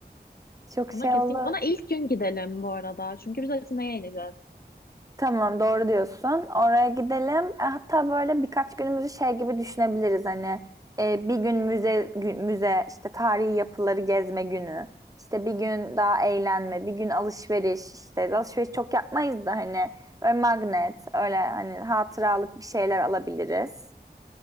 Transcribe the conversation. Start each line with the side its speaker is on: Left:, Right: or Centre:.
Right: Çok şey
Left: Ona kesin
Right: olur.
Left: ona ilk gün gidelim bu arada. Çünkü biz Atina'ya ineceğiz.
Right: Tamam doğru diyorsun. Oraya gidelim. E, Hatta böyle birkaç günümüzü şey gibi düşünebiliriz hani e, bir gün müze gü- müze işte tarihi yapıları gezme günü. İşte bir gün daha eğlenme, bir gün alışveriş işte alışveriş çok yapmayız da hani böyle magnet öyle hani hatıralık bir şeyler alabiliriz.